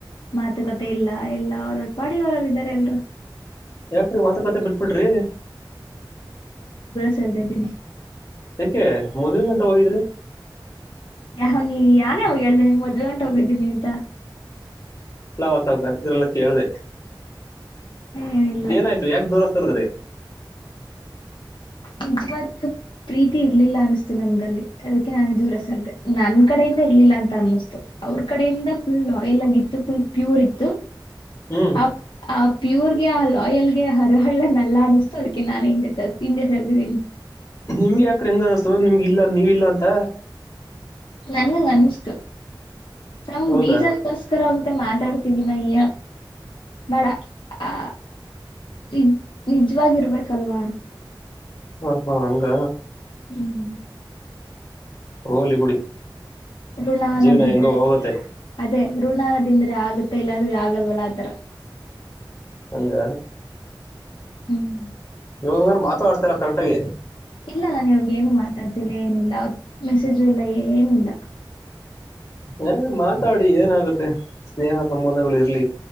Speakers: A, on the left (about 75°); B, on the left (about 40°).
A: ಮಾತುಕತೆ ಇಲ್ಲ ಎಲ್ಲ ಅವರ ಬಾಡಗರಲ್ಲ ಇದ್ದಾರೆ ಎಲ್ರು
B: ಯಾಕ್ರಿ ಮಾತುಕತೆ ಬಿಟ್ಬಿಡ್ರಿ
A: ಚಂದ ಇದ್ದೀನಿ
B: ಯಕೆ ಮದ್ವ ಗಂಟೆ ಹೋಗಿದ್ರಿ
A: ಯ ಹ ನೀ ಯಾನ ಹ ಎಲ್ಲ ನಿಮ್ ಮೊದ್ ಗಂಟ ಹೋಗಿದ್ದೀನಿ ಅಂತ
B: ಲಾವತ್ವಂತಿದ್ರೆಲ್ಲ ಕೇಳ್ದ
A: ಏನಿಲ್ಲ
B: ಏನಾಯ್ತು ಯಾಕ್ ದೋರಿಸಸ್ತರ್ದ್ರೀ
A: ಈ ಯಾಗ ಪ್ರೀತಿ ಇರ್ಲಿಲ್ಲ ಅನಿಸ್ತು ನಮ್ಗಲ್ಲಿ ಅದಕ್ಕೆ ನಾನು ದೂರ ಸರ್ದೆ ನನ್ ಕಡೆಯಿಂದ ಇರ್ಲಿಲ್ಲ ಅ ಅಂತ ಅನ್ನಿಸ್ತು ಅವ್ರ ಕಡೆಯಿಂದ ಫುಲ್ ಆಯಿಲ್ ಆಗಿತ್ತು ಫುಲ್ ಪ್ಯೂರ್ ಇತ್ತು
B: ಹ್ಮ್
A: ಆ ಆ ಪ್ಯೂರ್ಗೆ ಆ ಲಾಯಲ್ಗೆ ಹರಹಳ್ಳನ್ಲ್ಲ ಅನಿಸ್ತು ಅದಕ್ಕೆ ನಾನು ಹಿಂದೆ ಹಿಂದೆ ಸೆರ್ದಿದೀನಿ
B: ನಿಮ್ಗೆ ಯಾಕ್ರ ಹೆಂಗ ಅನಿಸ್ತು ನಿಮ್ಗ ಇಲ್ಲ ನೀವ ಇಲ್ಲಾ ಅಂತ
A: ನಂಗಂಗ ಅನಿಸ್ತು ನಮ್
B: ಹೌದಾ
A: ಬೀಜಕ್ಕೋಸ್ಕರ ಆ ಮತ್ತೆ ಮಾತಾಡ್ತಿದಿನಾ ಈ ಬಡ ಆ ನಿಜ ನಿಜವಾಗಿರ್ಬೇಕಲ್ವಾ
B: ಹಾ ಹಾ ಹಂಗ
A: ಹ್ಮ್ ಹ್ಮ್
B: ಹೋಗ್ಲಿ ಬಿಡಿ
A: ಋಣಾನ್ದಿದ್ರೆ
B: ಜೀವನ ಹೆಂಗೋ ಹೋಗುತ್ತೆ
A: ಅದೇ ಋಣ ತಿಂದ್ರೆ ಆಗತ್ತೆ ಇಲ್ಲಾದ್ರೆ ಆಗಲ್ವಲ್ಲ ಆತರ
B: ಹಂಗ
A: ಹ್ಮ್
B: ಯೋಗಂಗ್ರ ಮಾತು ಆಡ್ತಲ್ಲ ಕರೆಕ್ಟಗ
A: ಇಲ್ಲ ನಾನ್ ಇವಾಗ್ ಏನು ಮಾತಾಡ್ತಿಲ್ಲ ಏನಿಲ್ಲ ಮೆಸೇಜು ಇಲ್ಲ ಏನಿಲ್ಲ
B: ಹೇ ಮಾತಾಡಿ ಏನಾಗುತ್ತೆ ಸ್ನೇಹ ಸಂಬಂಧಗಳ್ ಇರ್ಲಿ.